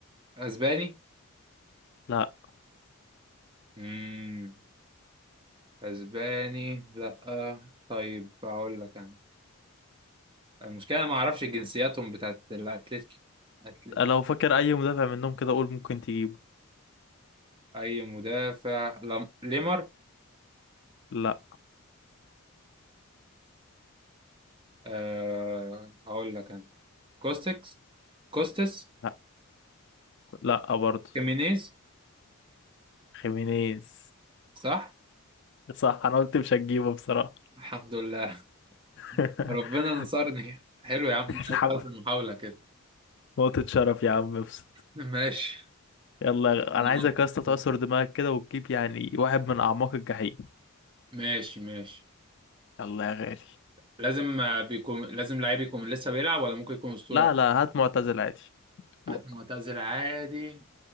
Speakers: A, on the right; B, on the left.
A: اسباني
B: لا
A: مم. اسباني لا طيب اقول لك انا المشكلة ما اعرفش جنسياتهم بتاعت الاتلتيكي أتلي-
B: لو فاكر اي مدافع منهم كده اقول ممكن تجيبه
A: اي مدافع لم... ليمر
B: لا
A: أه هقول لك انا كوستكس كوستس
B: لا لا برضه
A: كيمينيز
B: خيمينيز
A: صح
B: صح انا قلت مش هتجيبه بصراحة
A: الحمد لله
B: <laughs>
A: <laughs> ربنا نصرني حلو يا عم عايز
B: الحمد
A: أعرف المحاولة كده
B: نقطة شرف يا عم ابسط
A: <laughs> ماشي
B: يلا يا غ-
A: انا
B: انا عايزك
A: بقى
B: يا اسطى تعصر دماغك كده وتجيب يعني واحد من اعماق الجحيم
A: ماشي ماشي
B: يلا يا غالي
A: لازم آه، بيكون لازم لعيب يكون لسه بيلعب ولا ممكن يكون أسطورة
B: لا لا هات معتزل عادي و-
A: عاد معتزل عادي